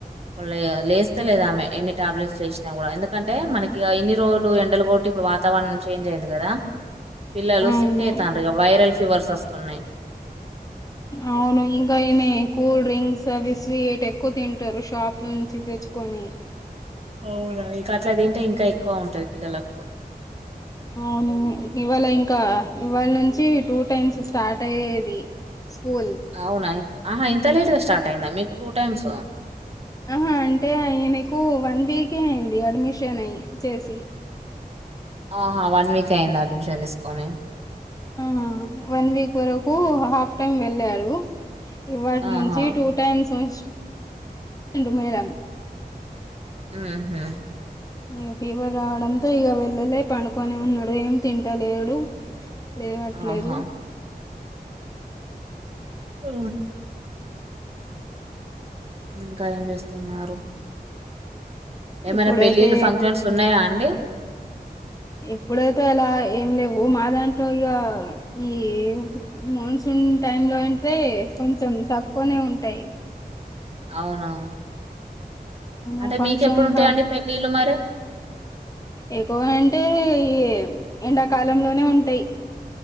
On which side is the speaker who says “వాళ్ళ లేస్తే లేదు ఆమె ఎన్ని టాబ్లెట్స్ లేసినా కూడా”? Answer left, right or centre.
Right